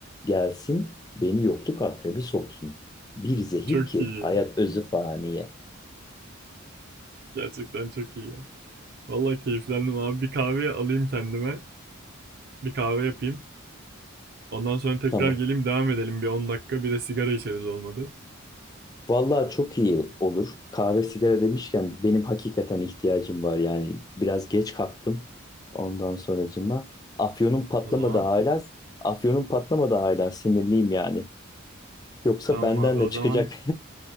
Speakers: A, on the left; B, on the right.
A: Gelsin beni yokluk akrebi soksun. Bir zehir
B: Çok
A: ki
B: iyi.
A: hayat özü faniye.
B: Gerçekten çok iyi ya. Vallahi keyiflendim abi. Bir kahve alayım kendime. Bir kahve yapayım. Ondan sonra tekrar
A: Tamam.
B: geleyim devam edelim bir 10 dakika. Bir de sigara içeriz olmadı.
A: Vallahi çok iyi olur. Kahve sigara demişken benim hakikaten ihtiyacım var. Yani biraz geç kalktım. Ondan sonracıma. Afyonum patlamadı
B: O zaman
A: hala. Afyonum patlamadı hala. Sinirliyim yani. Yoksa
B: tamam
A: benden
B: abi.
A: de
B: O
A: çıkacak.
B: zaman